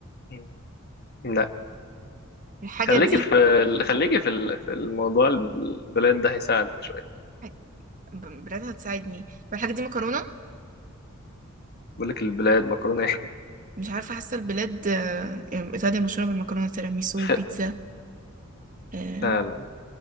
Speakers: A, on the left (about 50°); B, on the right (about 40°).
A: مم. لا
B: الحاجة
A: خليكي
B: دي
A: في ال- خليكي في ال- في الموضوع البلاد ده هيساعدك شوية
B: حاج- بلاد هتساعدني طب الحاجة دي مكرونة
A: بقول لك البلاد مكرونه
B: مش عارفة حاسة البلاد آه، يعني إيطاليا مشهورة بالمكرونة تيراميسو
A: <laughs>
B: بيتزا آه،
A: لا لا